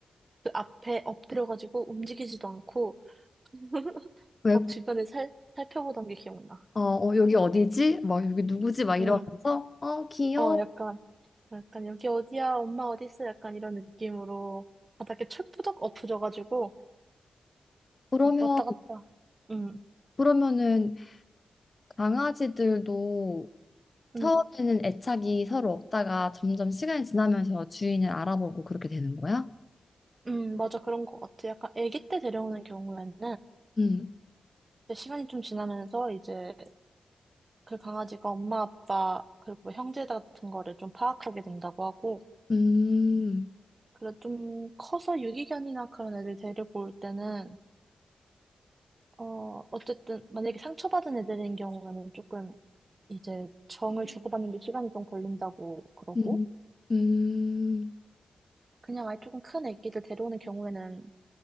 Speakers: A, on the right; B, on the left.
A: 그 앞에 엎드려가지고 움직이지도 않고 <laughs>
B: 왜,
A: 막 주변을 살 살펴보던 게 기억나.
B: 어, 어, 여기 어디지? 막 여기 누구지? 막 이러면서,
A: 음,
B: 어, 귀여워.
A: 어 약간 약간 여기 어디야? 엄마 어디 있어? 약간 이런 느낌으로 바닥에 철푸덕 엎어져가지고
B: 그러면,
A: 막 왔다 갔다. 음,
B: 그러면은 강아지들도 처음에는
A: 음,
B: 애착이 서로 없다가 점점 시간이 지나면서 주인을 알아보고 그렇게 되는 거야?
A: 음 맞아 그런 것 같아. 약간 아기 때 데려오는 경우에는
B: 응,
A: 이제 시간이 좀 지나면서 이제 그 강아지가 엄마, 아빠, 그리고 뭐 형제 같은 거를 좀 파악하게 된다고 하고,
B: 음,
A: 그래 좀 커서 유기견이나 그런 애들 데리고 올 때는, 어, 어쨌든 만약에 상처받은 애들인 경우에는 조금 이제 정을 주고받는데 시간이 좀 걸린다고 그러고,
B: 음, 음,
A: 그냥 아예 조금 큰 애기들 데려오는 경우에는